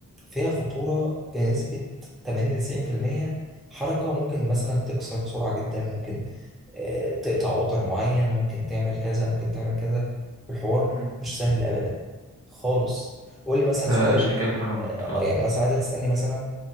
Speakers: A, in the centre; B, on the right.
A: فيها خطوره بنسبه 80 90% حركه ممكن مثلا تكسر بسرعه جدا ممكن آه، تقطع وتر معين ممكن تعمل كذا ممكن تعمل كذا الحوار
B: امم
A: مش سهل ابدا خالص قول لي مثلا
B: فعشان
A: سؤال
B: كده اتحرمت
A: اه
B: اه
A: آه، يعني مثلا عايزك تسألني مثلا